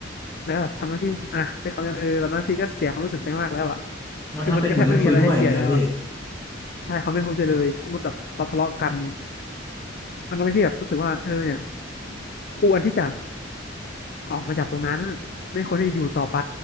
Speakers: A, on the left; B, on the left.
A: แล้วก็แบบทำให้พี่รู้สึกอ่ะแล้วเขาจะเออตอนนั้นพี่ก็เสียความรู้สึกไปมากแล้วอ่ะ
B: มาทำเป็นเหมือนไม่คุยด้วยอย่างเงี้ยเหรอพี่
A: คือมันก็แทบไม่มีอะไรให้เสียแล้วอ่ะ ใช่เขาไม่คุยด้วยเลยสมมติแบบเราทะเลาะกันมันทำให้พี่แบบรู้สึกว่าเออเนี่ยควรที่จะออกมาจากตรงนั้นไม่ควรที่จะอยู่ต่อไป